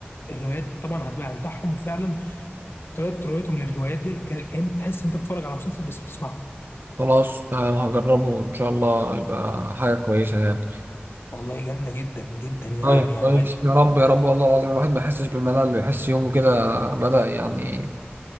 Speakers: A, on the left; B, on the right.
A: الروايات طبعا هتبقى هنتاعهم وفعلا طريقه روايتهم للروايات دي كان كأن تحس انت بتتفرج على مسلسل بس بتسمعه
B: خلاص تمام هجربه ان شاء الله يبقى حاجه كويسه يعني
A: والله جامده جدا جدا يعني
B: طيب
A: يعني
B: كويس يا رب يا رب والله العظيم الواحد ما يحسش بالملل يحس يومه كده بدأ يعني